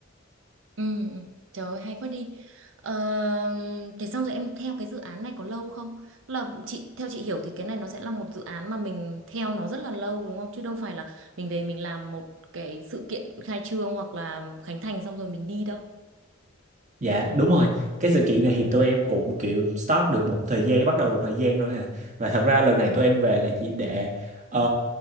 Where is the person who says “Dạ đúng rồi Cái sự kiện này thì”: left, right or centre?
Right